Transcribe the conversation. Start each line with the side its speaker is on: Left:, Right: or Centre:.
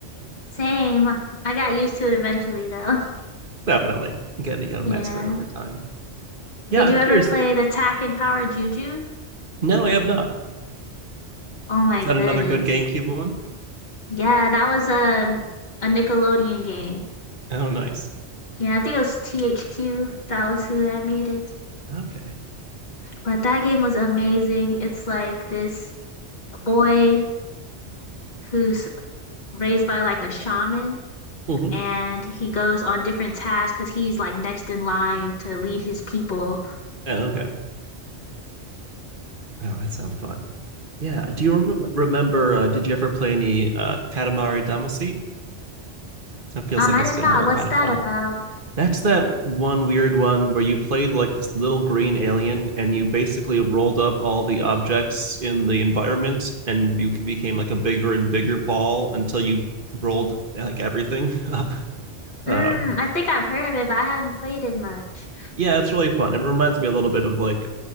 Left: Same. I got used to it eventually though. <laughs>
Right: Definitely. Again, you got to
Left: Yeah.
Right: master it over time. Yeah,
Left: Did
Right: I'm
Left: you ever
Right: curious.
Left: play the Tack and Power Juju?
Right: No, I have not.
Left: Oh my
Right: Is
Left: goodness.
Right: that another good GameCube one?
Left: Yeah, that was a, a Nickelodeon game.
Right: Oh, nice.
Left: Yeah, I think it was THQ. That was who had made it.
Right: Okay.
Left: But that game was amazing. It's like this boy who's raised by like a shaman
Right: Mm-hmm.
Left: and he goes on different tasks because he's like next in line to lead his people.
Right: Yeah, okay. Oh, that sounds fun. Yeah. Do you rem- remember? Uh, did you ever play any uh, Katamari Damacy? That feels
Left: Um,
Right: like
Left: I
Right: a
Left: didn't
Right: similar
Left: know. What's
Right: kind
Left: that
Right: of fun
Left: about?
Right: That's that one weird one where you played like this little green alien and you basically rolled up all the objects in the environment and you became like a bigger and bigger ball until you rolled like everything <laughs> up.
Left: Mm,
Right: Um,
Left: I think I've heard of it, but I haven't played it much.
Right: yeah, it's really fun. It reminds me a little bit of like